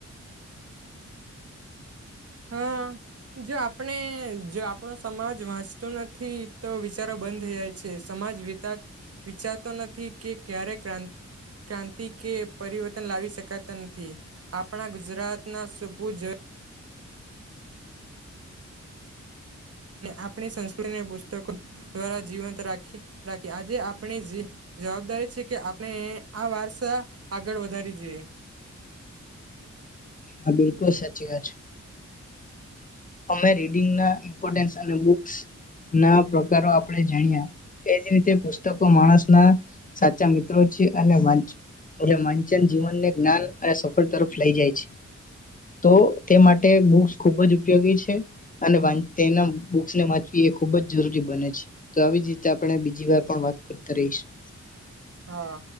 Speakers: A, on the right (about 55°); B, on the left (about 30°).
A: હા, જો આપણે જો આપણો સમાજ વાંચતો નથી તો વિચારો બંધ થઈ જાય છે સમાજ વિ વિચારતો નથી કે ક્યારે ક્રા ક્રાંતિ કે પરિવર્તન લાવી શકાતા નથી આપણા ગુજરાતના સપુજ આપણી સંસ્કૃતિ અને પુસ્તકો દ્વારા જીવંત રાખી રાખી આજે આપણી જવાબદારી છે કે આપણે આ વારસા આગળ વધારી જોઈએ
B: હા બિલકુલ સાચી વાત છે અમે રીડંગના ઇમ્પોર્ટન્સ અને બુક્સ ના પ્રકારો આપણે જાણ્યા એજ રીતે પુસ્તકો માણસના સાચા મિત્રો છે અને એ વાંચન જીવનને જ્ઞાન અને સફળ તરફ લઈ જાય છે તો તે માટે બુક્સ ખૂબ જ ઉપયોગી છે અને તેના બુને વાંચવી એ ખુબ જ જરૂરી બને છે, તો આવી જ રીતે આપણે બીજી વાર પણ વાત કરતા રહીશું
A: હા